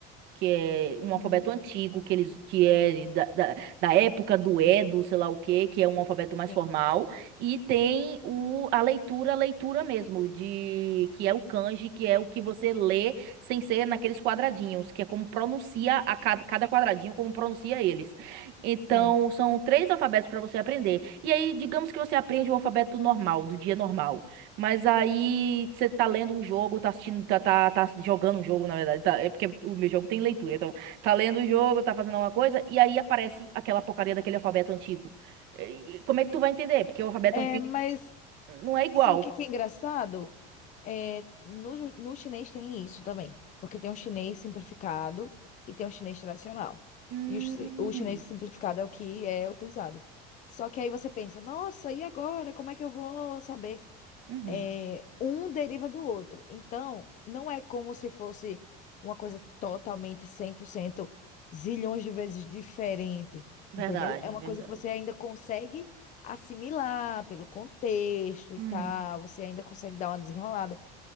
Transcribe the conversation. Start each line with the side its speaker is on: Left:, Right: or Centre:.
Right: que é um alfabeto
Left: Uhum.
Right: antigo, que eles que é da, da, da época do Edo, sei lá o quê, que é um alfabeto mais
Left: Sim,
Right: formal, e tem o, a leitura, a leitura mesmo, de que é o kanji, que é o que você lê sem ser naqueles quadradinhos, que é como pronuncia a cada, cada quadradinho, como pronuncia eles. Então,
Left: sim.
Right: são três alfabetos para você aprender. E aí, digamos que você aprende o alfabeto normal, do dia normal. Mas aí você tá lendo um jogo, tá assistindo, tá, tá, tá jogando um jogo, na verdade. tá- é porque o meu jogo tem leitura, então. Tá lendo o jogo, tá fazendo alguma coisa, e aí aparece aquela porcaria daquele alfabeto antigo. E- e como é que tu vai entender? Porque o alfabeto
Left: É,
Right: antigo
Left: mas
Right: não é igual.
Left: sabe o que que é engraçado? É, no, ju- no chinês tem isso também. Porque tem um chinês simplificado e tem um chinês tradicional.
Right: Hum,
Left: E o, chi- o chinês simplificado é o que é utilizado. Só que aí você pensa, nossa, e agora? Como é que eu vou saber
Right: uhum.
Left: é, um deriva do outro. Então, não é como se fosse uma coisa totalmente 100% zilhões de vezes diferente,
Right: Verdade,
Left: entendeu? É uma
Right: verdade.
Left: coisa que você ainda consegue assimilar pelo contexto
Right: Hum,
Left: e tal, você ainda consegue dar uma desenrolada.